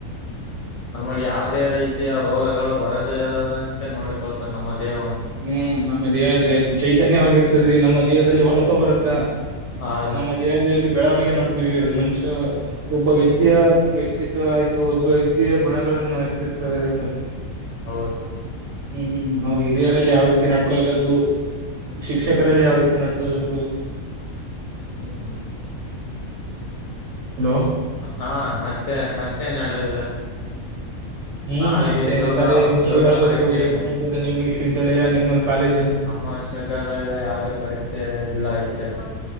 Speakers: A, on the left; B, on the right.
A: ನಮಗೆ ಯಾವುದೇ ರೀತಿಯ ರೋಗಗಳು ಬರದೇ ಇರದಂತೆ ನೋಡಿಕೊಳ್ತವೆ ನಮ್ಮ ದೇಹವನ್ನು.
B: ಹ್ಮ್ ನಮ್ಮ ದೇಹ ದೇಹ ಚೈತನ್ಯವಾಗಿ ಇರ್ತದ್ರೀ ನಮ್ಮ ದೇಹದಲ್ಲಿ ಹೊಳಪ ಬರುತ್ತಾ
A: ಹಾ ರೀ
B: ನಮ್ಮ ದೇಹದಲ್ಲಿ ಬೆಳವಣಿಗೆ ನೋಡ್ತೀವಿ ಮನಷ್ಯ. ಒಬ್ಬ ವ್ಯಕ್ತಿಯ ವ್ಯಕ್ತಿತ್ವ ಆಯ್ತು ಒಬ್ಬ ವ್ಯಕ್ತಿಯ ಗುಣಗಳನ್ನು ಹೆಚ್ಚಿಸ್ತಾರೆ ಅದು.
A: ಹೌದೌದ.
B: ಹ್ಮ್ ನಾವ್ವು ಹಿರಿಯರಲ್ಲಿ ಯಾವ ರೀತಿ ನಡ್ಕೊಳ್ಬೇಕು ಶಿಕ್ಷಕರಲ್ಲಿ
A: ಹ್ಮ್
B: ಯಾವ ರೀ ತಿ ನಡ್ಕೋಬೇಕು.
A: ಹ್ಮ್ ಹ್ಮ್
B: ಹಲೋ
A: ಹಾ ಮತ್ತೆ ಮತ್ತೆನ್ ನಡೆದಿದೆ.
B: ಹ್ಮ್
A: ನಾಳೆಗೆ
B: ಮತ್ತೇನೆಲ್ಲಾರಿ
A: ಯೋಗ
B: ನೀವೆ
A: ಯೋಗ
B: ಹೇಳ್ಬೇಕು
A: ಪರೀಕ್ಷೆ
B: ಹೇಗ್ ನಡೀತಿದೆ ನಿಮ್ಮ್ ವಿಶ್ವವಿದ್ಯಾಲಯ ನಿಮ್ಮ್ ಕಾಲೇಜು.
A: ನಮ್ಮ ವಿಶ್ವವಿದ್ಯಾಲಯಲ್ಲಿ ಯಾವುದೆ ಪರೀಕ್ಷೆ ಇಲ್ಲ ಈಸರಿ.